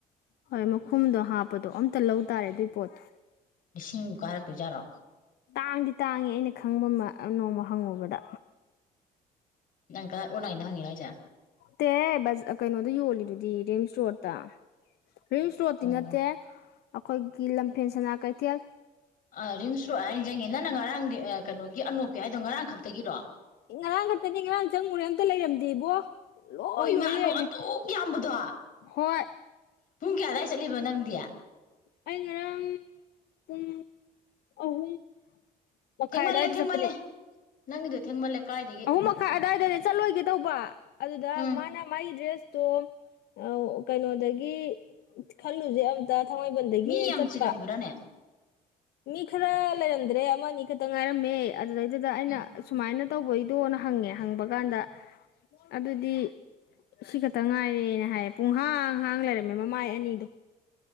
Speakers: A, on the left; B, on the left.
A: ꯍꯣꯏ ꯃꯈꯨꯝꯗꯣ ꯍꯥꯞꯄꯗꯣ ꯑꯝꯇ ꯂꯧ ꯇꯥꯥꯔꯦ ꯑꯗꯨꯏ ꯄꯣꯠꯇꯣ
B: ꯂꯤꯁꯤꯡꯃꯨꯛ ꯀꯥꯔꯛꯇꯣꯏ ꯖꯥꯠꯂꯣ
A: ꯇꯥꯡꯗꯤ ꯇꯥꯡꯉꯦ ꯑꯩꯅ ꯈꯪꯕ ꯃꯥ ꯅꯣꯡꯃ ꯍꯪꯉꯨꯕꯗ
B: ꯅꯪ ꯀꯥ ꯑꯣꯟꯂꯥꯏꯟꯗ ꯍꯪꯉꯤꯔꯣ ꯍꯥꯏꯖꯦ
A: ꯇꯦ ꯍꯦ ꯕꯖ - ꯑꯥ - ꯀꯩꯅꯣꯗ ꯌꯣꯜꯂꯤꯗꯨꯗꯤ ꯔꯤꯝꯁ ꯔꯣꯠ ꯇ ꯔꯤꯡꯁ ꯔꯣꯠꯇꯇꯤ
B: ꯑꯣ
A: ꯅꯠꯇꯦ ꯑꯈꯣꯏꯒꯤ ꯂꯝꯐꯦꯟ ꯁꯅꯥ ꯀꯩꯊꯦꯜ
B: ꯑꯥ ꯔꯤꯝꯁꯔꯣꯗ ꯍꯥꯏꯔ ꯅꯤꯡꯖꯤꯡꯉꯦ ꯅꯪꯅ ꯉꯔꯥꯡ ꯒꯤ ꯑꯥ ꯀꯩꯅꯣꯒꯤ ꯑꯅꯣꯛꯀꯤ ꯍꯥꯏꯗꯣ ꯉꯔꯥꯡ ꯈꯛꯇꯒꯤꯔꯣ
A: ꯉꯔꯥꯡ ꯈꯛꯇꯅꯦ ꯉꯔꯥꯡ ꯆꯪꯉꯨꯔꯦ ꯑꯝꯇ ꯂꯩꯔꯝꯗꯦꯕꯣ ꯂꯣꯏ
B: ꯑꯣꯏ
A: ꯂꯣꯏ
B: ꯃꯥ ꯑꯅꯣꯞ
A: ꯂꯩꯔꯝꯃꯦ
B: ꯑꯗꯨꯛ ꯌꯥꯝꯕꯗꯣ
A: ꯍꯣꯏ
B: ꯄꯨꯡ ꯀꯌꯥ ꯑꯗꯥꯏ ꯆꯠꯂꯤꯕ ꯅꯪꯗꯤ
A: ꯑꯩ ꯉꯔꯥꯡ ꯄꯨꯡ ꯑꯍꯨꯝ ꯃꯈꯥꯏ
B: ꯊꯦꯡꯃꯜꯂꯦ
A: ꯑꯗꯨꯋꯥꯏꯗ
B: ꯊꯦꯡꯃꯜꯂꯦ
A: ꯆꯠꯄꯅꯦ
B: ꯅꯪꯒꯤꯗꯣ ꯊꯦꯡꯃꯜꯂꯦ ꯀꯥꯏꯗꯒꯤ
A: ꯑꯍꯨꯝ ꯃꯈꯥꯏ ꯑꯗꯥꯏꯗꯅꯦ ꯆꯠꯂꯣꯏꯒꯦ ꯇꯧꯕ ꯑꯗꯨꯗ
B: ꯎꯝ
A: ꯃꯥꯅ ꯃꯥꯏ ꯗ꯭ꯔꯦꯁꯇꯣ ꯑꯥꯎ ꯀꯩꯅꯣꯗꯒꯤ ꯈꯜꯂꯨꯖꯦ ꯑꯝ ꯇ ꯊꯪꯃꯩꯕꯟꯗꯒꯤ
B: ꯃꯤ ꯌꯥꯝ
A: ꯆꯠꯄ
B: ꯆꯤꯜꯂꯝꯕ꯭ꯔꯥꯅꯦ
A: ꯃꯤ ꯈꯔ ꯂꯩꯔꯝꯗ꯭ꯔꯦ ꯑꯃꯅꯤ ꯈꯇ ꯉꯥꯏꯔꯝꯃꯦ ꯑꯗꯨꯗꯩꯗꯨꯗ ꯑꯩꯅ
B: ꯎꯝ
A: ꯁꯨꯃꯥꯏꯅ ꯇꯧꯕꯩꯗꯣꯅ ꯍꯪꯉꯦ ꯍꯪꯕ ꯀꯥꯟꯗ ꯑꯗꯨꯗꯤ ꯁꯤ ꯈꯛꯇ ꯉꯥꯏꯔꯦꯅ ꯍꯥꯏꯌꯦ ꯄꯨꯡꯍꯥꯡꯍꯥꯡ ꯂꯩꯔꯝꯃꯦ ꯃꯃꯥꯏ ꯑꯅꯤꯗꯣ